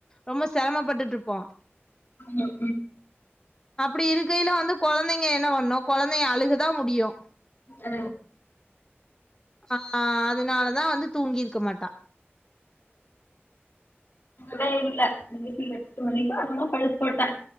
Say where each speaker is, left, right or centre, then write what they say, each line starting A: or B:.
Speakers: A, on the left; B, on the left.
A: ரொம்ப சிரமபட்டுட்டிருப்போ
B: ம்
A: அப்டி இருக்கயில வந்து கொழந்தைங்க என்ன வண்ணு கொழந்தைங்க அழுகதா முடியும்
B: அ
A: ஆ அதனாலதா வந்து தூங்கிருக்க மாட்டா
B: வே இல்லே இன்னிக்கு எட்டு மணிக்கா என்னமோ படுக் போட்டே